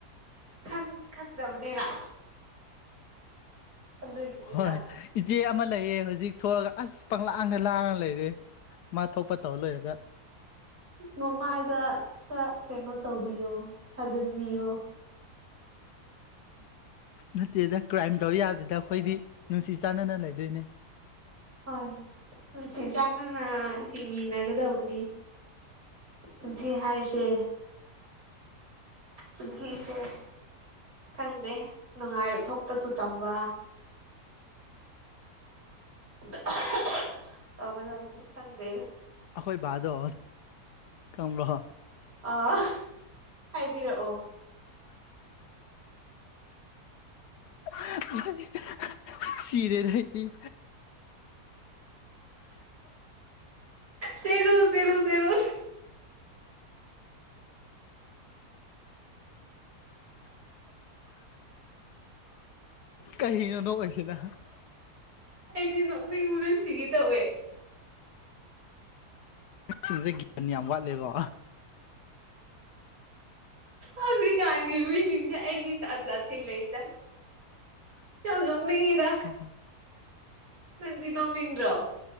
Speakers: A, on the right; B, on the left.
A: ꯈꯪ ꯈꯪꯗꯕꯅꯤꯅ ꯑꯗꯨꯒꯤꯅꯤꯗ
B: ꯍꯣꯏ ꯏꯆꯦ ꯑꯃ ꯂꯩꯌꯦ ꯍꯧꯖꯤꯛ ꯊꯣꯛꯂꯒ ꯑꯁ ꯄꯪꯂꯪꯂꯥꯡꯅ ꯂꯥꯡꯅ ꯂꯩ ꯑꯦ ꯃꯥ ꯊꯣꯛꯄ ꯇꯧꯔ ꯂꯩꯔꯒ
A: ꯃꯃꯥꯏꯗ ꯈꯔ ꯀꯩꯅꯣ ꯇꯧꯕꯤꯌꯣ ꯊꯥꯖꯤꯟꯕꯤꯌꯣ
B: ꯅꯠꯇꯦꯗ ꯀ꯭ꯔꯥꯏꯝ ꯇꯧ ꯌꯥꯗꯦꯗ ꯑꯩꯈꯣꯏꯗꯤ ꯅꯨꯡꯁꯤ ꯆꯥꯟꯅꯅ ꯂꯩꯗꯣꯏꯅꯦ
A: ꯍꯣꯏ ꯅꯨꯡꯁꯤ ꯆꯥꯟꯅꯅ ꯍꯤꯡꯃꯤꯟꯅꯒꯗꯕꯅꯤ ꯄꯨꯟꯁꯤ ꯍꯥꯏꯁꯦ ꯄꯨꯟꯁꯤꯁꯦ ꯈꯪꯗꯦ ꯅꯨꯡꯉꯥꯏꯕ ꯊꯣꯛꯄꯁꯨ ꯇꯝꯕ <unintelligible> ꯇꯧꯒꯗꯕꯅꯤ ꯈꯪꯕꯦꯗ
B: ꯑꯩꯈꯣꯏ ꯕꯥꯗꯣ ꯀꯪꯕ꯭ꯔꯣ
A: ꯑꯥ ꯍꯥꯏꯕꯤꯔꯛꯑꯣ
B: <unintelligible> ꯁꯦꯔꯦꯗ ꯑꯩꯗꯤ
A: ꯆꯦꯂꯨ ꯆꯦꯂꯨ ꯆꯦꯂꯨ
B: ꯀꯔꯤꯅꯣ ꯅꯣ ꯑꯣꯏꯁꯤꯅ
A: ꯑꯩꯗꯤ ꯅꯣꯛꯅꯤꯡꯕꯅ ꯁꯤꯒꯦ ꯇꯧꯋꯦ
B: ꯁꯤꯡꯁꯦ <unintelligible> ꯌꯥꯝ ꯋꯥꯠꯂꯦꯀꯣ
A: ꯍꯧꯖꯤꯛꯀꯥꯟꯒꯤ ꯃꯤꯁꯤꯡꯁꯦ ꯑꯩꯒꯤ ꯖꯥꯠ ꯖꯥꯠ ꯊꯦꯡꯅꯩꯗ ꯌꯥꯝ ꯅꯣꯛꯅꯤꯛꯉꯤꯗ
B: ꯍꯣꯏ ꯍꯣꯏ
A: ꯅꯪꯗꯤ ꯅꯣꯛꯅꯤꯡ꯭ꯗꯔꯣ